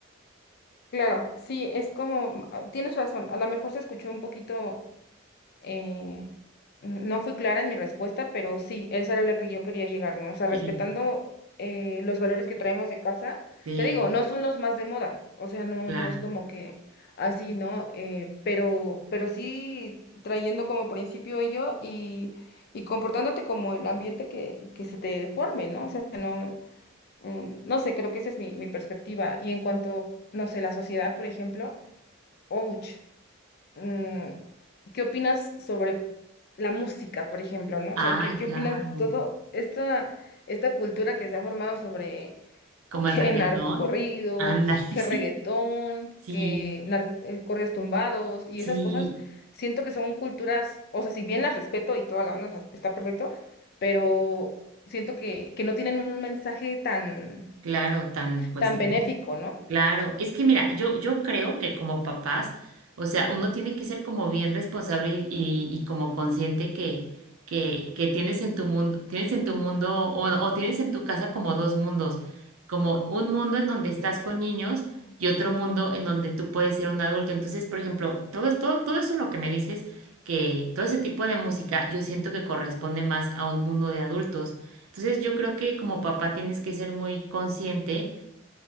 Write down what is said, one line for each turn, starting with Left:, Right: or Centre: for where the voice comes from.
Left: Claro, sí, es como, ah, tienes razón, a lo mejor se escuchó un poquito, eh, no fui clara en mi respuesta, pero sí, eso era lo que yo quería llegar, ¿no? O sea, respetando
Right: Sí,
Left: eh, los valores que traemos de casa,
Right: sí,
Left: te digo, no son los más de moda, o sea, no,
Right: claro.
Left: no es como que así, ¿no? Eh, pero, pero sí trayendo como principio ello y, y comportándote como el ambiente que, que se te forme, ¿no? O sea, no. Mm, no sé, creo que esa es mi, mi perspectiva. Y en cuanto, no sé, la sociedad, por ejemplo, ouch, mm, ¿qué opinas sobre la música, por ejemplo, ¿no?
Right: Ay,
Left: O sea, ¿qué, qué
Right: claro.
Left: opinas de todo esta, esta cultura que se ha formado sobre
Right: Como
Left: qué
Right: el reggaetón.
Left: narcocorridos,
Right: Ándale,
Left: qué
Right: <laughs> sí.
Left: reggaetón,
Right: Sí,
Left: qué nar- eh, corridos tumbados y
Right: sí,
Left: esas cosas? Siento que son culturas, o sea, si bien las respeto y toda la onda, o sea, está perfecto, pero siento que, que no tienen un mensaje tan
Right: claro, tan, pues
Left: tan benéfico,
Right: no.
Left: ¿no?
Right: Claro, es que mira, yo, yo creo que como papás, o sea, uno tiene que ser como bien responsable y, y- y como consciente que, que, que tienes en tu mundo, tienes en tu mundo o, o tienes en tu casa como dos mundos, como un mundo en donde estás con niños y otro mundo en donde tú puedes ser un adulto. Entonces, por ejemplo, todo, es- todo, todo eso lo que me dices, que todo ese tipo de música, yo siento que corresponde más a un mundo de adultos. Entonces, yo creo que como papá tienes que ser muy consciente